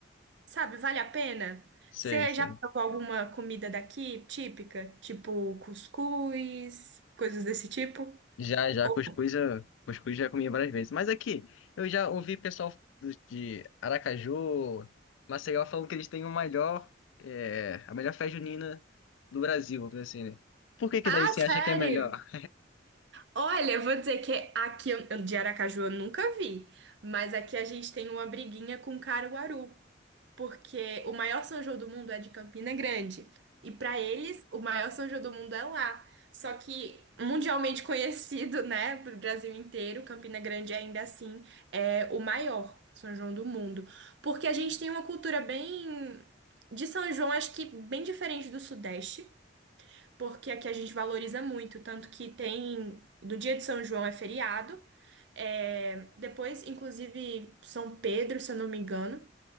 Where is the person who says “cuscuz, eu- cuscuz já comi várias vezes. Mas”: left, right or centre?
Left